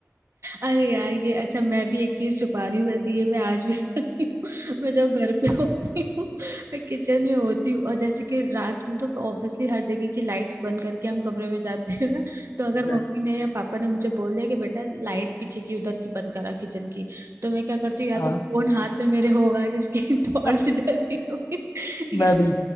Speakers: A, on the right; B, on the left.
A: अरे यार ये अच्छा मैं भी एक चीज छुपा रही हूँ वैसे ये मैं आज भी <laughs> करती हूँ मैं जब घर पे होती हूँ मैं किचन में होती हूँ और जैसे कि रात में तो ऑब्वियसली हर जगह की लाइट्स बंद करके हम कमरे में जाते हैं ना तो अगर
B: Exactly.
A: मम्मी ने या पापा ने मुझे बोल दिया कि बेटा लाइट पीछे की उधर की बंद करा किचन की तो मैं क्या करती हूँ या
B: हाँ
A: तो फोन हाथ में मेरे होगा जिसकी <laughs> टॉर्च
B: <laughs>
A: जल रही होगी
B: मैं
A: या
B: भी